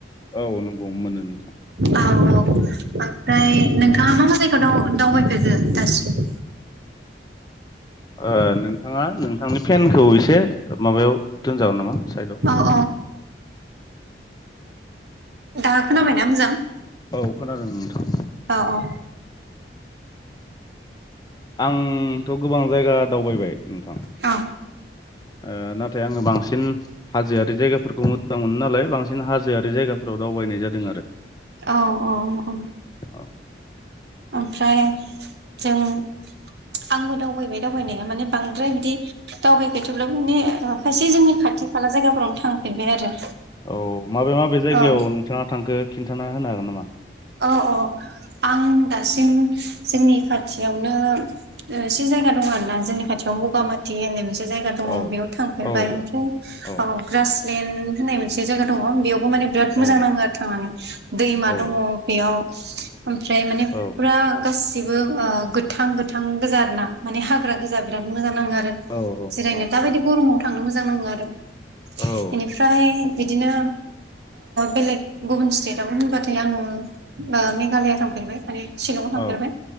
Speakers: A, on the left; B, on the right.
A: औ नंगौ मोनो नोंथां
B: औ औ ओमफ्राय नोंथाङा मा मा जायगायाव दाव दावबायफेरदो दासिम
A: ओ नोंथाङा नोंथांनि फेनखौ एसे माबायाव दोनजागोन नामा साइदआव
B: अ दाहा खोनाबायना मोजां
A: औ खोनादों नोंथां
B: अ अ
A: आंथ' गोबां जायगा दावबायबाय नोंथां
B: औ
A: ओ नाथाय आङो बांसिन हाजोआरि जायगाफोरखौ मोजां मोनो नालाय बांसिन हाजोआरि जायगाफोराव दावबायनाय जादों आरो
B: औ औ औ
A: अ
B: ओमफ्राय जों आंबो दावबायबाय दावबायनाया माने बांद्राय बिदि दावबायफैथोबब्लाबो बिनि माखासे जोंनि खाथि खाला जायगाफोरावनो थांफेरबाय आरो
A: औ माबे माबे जायगायाव
B: औ
A: नोंथाङा थांखो खिन्थाना होनो हागोन नामा
B: औ औ आं दासिम जोंनि खाथियावनो एसे जायगा दङ आरो ना जोंनि खाथियाव बगामाथि होननाय मोनसे जायगा दङ
A: औ
B: बेयाव थांफेरबाय
A: औ औ
B: ओमफ्राय
A: औ
B: ग्रासलेणड होननाय मोनसे मोनसे जायगा दङ बेयावबो माने बिराद
A: औ
B: मोजां नाङो आरो थांनानै दैमा
A: औ
B: दङ बेयाव ओमफ्राय माने
A: औ
B: पुरा गासिबो ओ गोथां गोथां गोजा आरो ना माने हाग्रा गोजा बिराद मोजां नाङो आरो
A: औ
B: जिरायनो
A: औ
B: दाबायदि गरमाव थांनो मोजां नांङो आरो
A: औ
B: इनिफ्राय बिदिनो बेलेग गुबुन स्टेटआवनो होनबाथाय आङो ओ मेघालया थांफेरबाय माने शिलंआव थांफेरबाय
A: औ